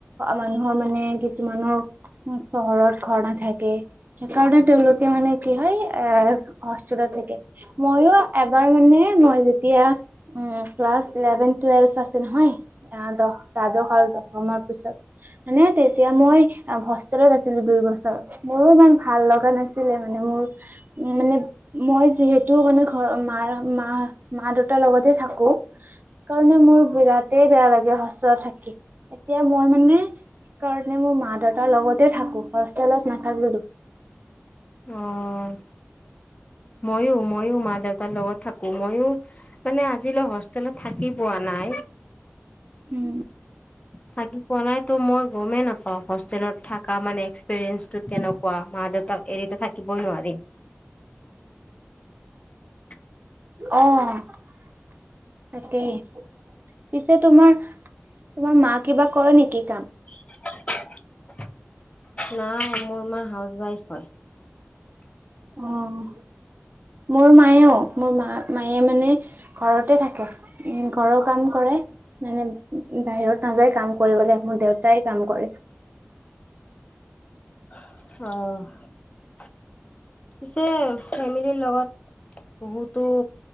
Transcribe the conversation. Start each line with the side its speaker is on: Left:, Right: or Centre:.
Right: মানুহৰ মানে কিছুমানৰ চহৰত ঘৰ নাথাকে সেইকাৰণে তেওঁলোকে। মানে কি হয়। এ হষ্টেলত থাকে। মইয়ো এবাৰ মানে মই যেতিয়া, উম ক্লা ক্লাছ ইলেভেন টুৱেল্ভ আছে নহয়, এয়া দহ দ্বাদশ আৰু দশমাৰ পিছত। মনে তেতিয়া মই হোষ্টেলত আছিলো দুই বছৰ, মোৰো ইমান ভাল লগা নাছিলে মানে মোৰ উম, মানে মই যিহেতু মানে ঘৰৰ মাৰ মা মা দেউতাৰ লগতে থাকো কাৰণে মোৰ বিৰাতে বেয়া লাগে হোষ্টেলত থাকি, এতিয়া মই মানে সেইকাৰণে মোৰ মা দেউতাৰ লগতে থাকো
Left: অ', ময়ো ময়ো মা দেউতাৰ লগত থাক ময়ো, মানে আজিলৈ হোষ্টেলত থাকি পোৱা নাই।
Right: উম।
Left: থাকি পোৱা নাই, ত' মই গমে নাপাও হোষ্টেলত থাকা মানে এক্সপিৰিয়েন্সটো কেনেকুৱা, মা দেউতাক এৰিতো থাকিবই নোৱাৰি। <inaudible>
Right: অ'। তাকেই, পিছে তোমাৰ তোমাৰ মা কিবা কৰে নেকি কাম?
Left: <unintelligible> নাই মোৰ মা হাউচ ৱাইফ হয়
Right: অ'। মোৰ মায়েও, মোৰ মা-মায়ে মানে ঘৰতে থাকে। উ', ঘৰৰ কাম কৰে। মানে বাহিৰত নাযায় কাম কৰিবলে, মোৰ দেউতাই কাম কৰে।
Left: অ'। পিছে ফেমিলিৰ লগত বহুতো